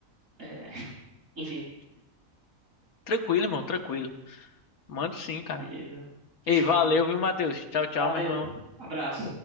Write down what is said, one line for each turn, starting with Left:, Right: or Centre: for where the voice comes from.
Right: é, <laughs> Enfim,
Left: tranquilo, irmão, tranquilo. Mando sim, cara.
Right: beleza. Fechou
Left: Ei, valeu,
Right: então.
Left: viu, Matheus? Tchau, tchau,
Right: Valeu.
Left: meu irmão.
Right: Abraço.